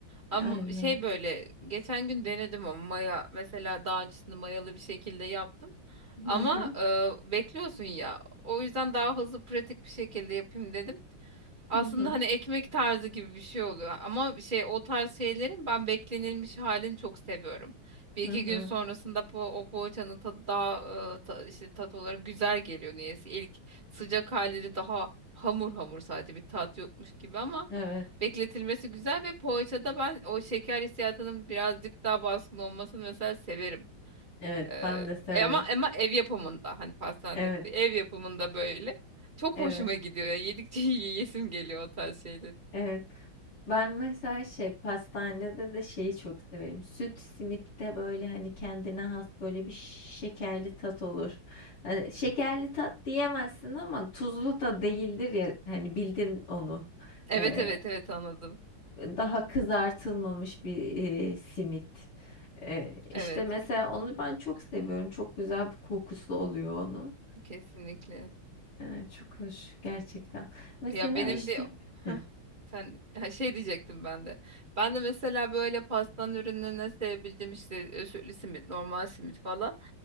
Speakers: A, on the right; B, on the left.
A: Ama
B: Aynen.
A: şey böyle geçen gün denedim ama maya mesela daha öncesinde mayalı bir şekilde yaptım. Ama
B: Hı hı.
A: e, bekliyorsun ya. O yüzden daha hızlı pratik bir şekilde yapayım dedim. Aslında
B: Hı hı.
A: hani ekmek tarzı gibi bir şey oluyor. Ama şey o tarz şeylerin ben beklenilmiş halini çok seviyorum. Bir
B: Hı
A: iki
B: hı.
A: gün sonrasında po o poğaçanın tadı daha e, ta- işte tat olarak güzel geliyor niyeyse. İlk sıcak halleri daha hamur hamur sadece bir tat yokmuş gibi ama
B: Evet,
A: bekletilmesi güzel ve poğaçada ben o şeker hissiyatının birazcık daha baskın olmasını mesela severim.
B: evet
A: Ee,
B: ben de severim.
A: e ama ama ev yapımında hani pastanedeki
B: Evet,
A: değil, ev yapımında böyle çok
B: evet,
A: hoşuma gidiyor ya. Yedikçe <laughs> yiyesim geliyor o tarz şeyleri.
B: evet. Ben mesela şey pastanede de şeyi çok severim. Süt simitte böyle hani kendine has böyle bir şekerli tat olur. Hani şekerli tat diyemezsin ama tuzlu da değildir ya hani bildin onu.
A: Evet
B: Ee,
A: evet evet anladım.
B: daha kızartılmamış bir e, simit. Ee,
A: Evet
B: işte mesela onu ben çok seviyorum. Çok güzel bir kokusu oluyor onun.
A: kesinlikle.
B: Ay, çok hoş gerçekten. Mesela
A: Ya benim
B: işte
A: de Heh,
B: Hı.
A: sen ha, şey diyecektim ben de. Ben de mesela böyle pastan ürünlerine sevebildiğim işte özütlü simit, normal simit falan.